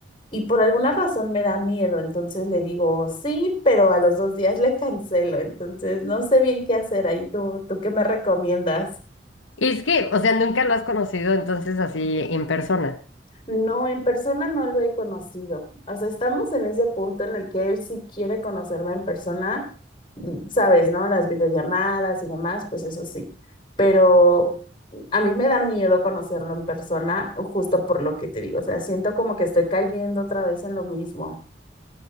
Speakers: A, on the left; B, on the left.
A: y por alguna razón me da miedo, entonces le digo sí, pero a los dos días le cancelo, entonces no sé bien qué hacer ahí. ¿Tú, tú qué me recomiendas?
B: Y es que, o sea, nunca lo has conocido entonces así en persona.
A: No, en persona no lo he conocido. O sea, estamos en ese punto en el que él sí quiere conocerme en persona, mm, sabes, ¿no? Las videollamadas y demás, pues eso sí. Pero a mí me da miedo conocerlo en persona, justo por lo que te digo. O sea, siento como que estoy cayendo otra vez en lo mismo.